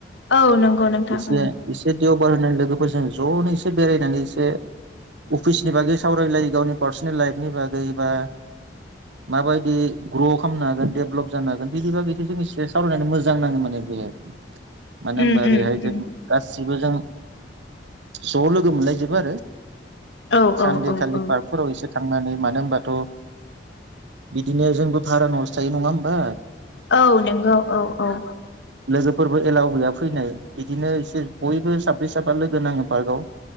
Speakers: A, on the left (about 75°); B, on the right (about 80°).
A: औ नंगौ नोंथां
B: एसे
A: उम
B: एसे देवबार होन्नानै लोगोफोरजों स ज'नो इसे बेरायनानै एसे अफिसनि बागै सावरायलायो गावनि पार्सनेल लाइफनि बागै बा माबायदि ग्र' खामनो हागोन डेभलप जानो हागोन बिनि बागैसे जों एसे सावरायनानै मोजां नाङो माने बेहाय। मानो होनबा
A: उम उम
B: बेहाय
A: उम
B: जों गास सिबो जों ज' लोगो मोनलायजोबो आरो
A: औ औ
B: सानदे
A: औ
B: खालि
A: औ
B: पार्कफोराव एसे थांनानै मानो होनबाथ' बिदिनो जोंबो भारा न'सो थायो नङा ओमबा?
A: औ नंगौ औ औ
B: लोगोफोरबो एलाव गैया फैनो बिदिनो एसे बयबो साब्रै साबा लोग गोनां पार्कआव